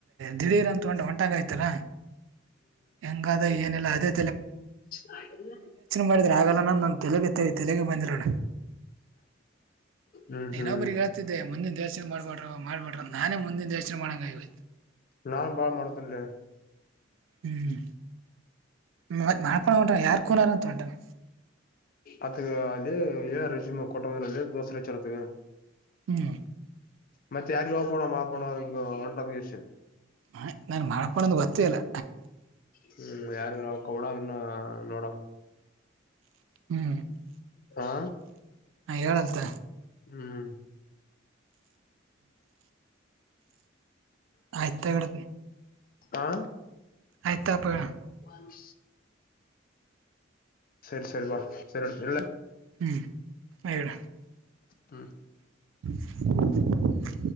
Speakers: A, on the right (about 85°); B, on the left (about 45°).
A: ದಿಢೀರ್ ಅಂತಂಟ ಒಂಟಾಗ ಆಯ್ತಲ್ಲಾ ಹೆಂಗಾದ ಏನಲ್ಲ ಅದೆ
B: ಹಾಗಲ್ಲ
A: ಮಾಡಿದ್ರ ಆಗಲ್ಲ ನ ತೆಲಗತ್ತೇ ತೆಲೆಗ ಬಂದಿರೋಣ
B: ಹ್ಮ್
A: ನೀನೊಬರಿ
B: ಹ್ಮ್
A: ಹೇಳ್ತಿದ್ದೆ ಮುಂದಿನ ದರ್ಶನ ಮಾಡಬಡ್ ಮಾಡಬ ಬಿಡ್ರ ನಾನೇ ಮುಂದಿನ ದರ್ಶನ ಮಾಡಂಗ್ವಿ
B: ನಾನು ಬಾಳ ಮಾಡತಿಲ್ಲ
A: ಹ್ಮ್ ಮ ಮಾಡಪಣ ಹೊಂಟಾರ ಯಾರ ಕನಾರ ಅಂತ ಉಂಟಾನ
B: ಅತ್ಗ ಅದೇ ರಜಾ ಕೊಟ್ಟಂಗ್ರ ಅದೇ ದೋಸ ರಚಾರತ್ಗ
A: ಹ್ಮ್
B: ಮತ್ತೆ ಯಾರಿಗ ಹೋಗಕೋಣ ಮಾಪಣ ಈ ಒಂಟಷ
A: ಹ ನಾನ್ ಮಾಡಪಣಂದ ಗೊತ್ತೇ ಇಲ್ಲಾ
B: ಹ್ಮ್ ಯಾರ ನಾವ ಕಬಡನ್ನ ನೋಡ
A: ಹ್ಮ್
B: ಹಾ
A: ಹೇಳಲ್ತ
B: ಹ್ಮ್
A: ಆಯ್ತ ತಗಡ
B: ಆ
A: ಆಯ್ತಪ
B: ಬ ಸರಿ ಸರಿ ಬಾ ಸರಿ ಅಡ್ತ ಇಲ್ಲ
A: ಹ್ಮ್ ಆಡ
B: ಹ್ಮ್
A: <inaudible>